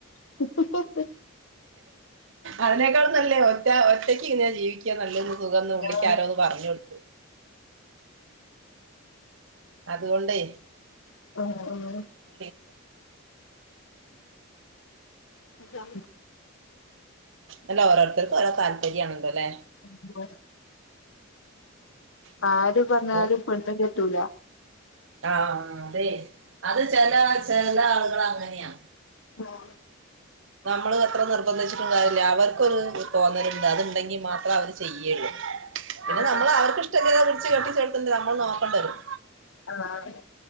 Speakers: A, on the left; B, on the right.
A: ഉം
B: അതിനേക്കാളും നല്ലേ ഒറ്റ ഒറ്റക്ക് ഇങ്ങനെ ജീവിക്ക നല്ലതെന്ന് സുഖംന്ന് പുള്ളിക്ക്
A: ആഹ്
B: ആരോ പറഞ് കോടുത് അതുകൊണ്ടെ
A: ആഹ് ആഹ്
B: <unintelligible>
A: ആഹ്
B: അല്ല ഓരോര്ത്തർക്ക് ഓരോ താല്പര്യാണലോലെ
A: <unintelligible>
B: അങ്ങനെ
A: ആര് പർഞ്ഞാലും
B: ആവുമ്പോ
A: പെണ്ണ് കെട്ടൂല
B: ആഹ്‌ അതെയ് അത് ചെലാ ചെല ആളുകള് അങ്ങനെയാ.
A: ഉം.
B: ന്നമ്മള് അത്ര നിർബന്ധിച്ചിട്ടും കാര്യല്ല അവർക്കൊരു തോന്നല്ണ്ട്, അതുണ്ടെങ്കി മാത്രേ അവര് ചെയ്യേള്ളൂ. പിന്നെ
A: ആഹ്
B: നമ്മള് അവർക്ക് ഇഷ്ട്ടല്ല്യാ പിടിച്ച് കെട്ടിച്ചെടുത്തണ്ട നമ്മള് നോക്കണ്ടരും.
A: ആഹ്‌.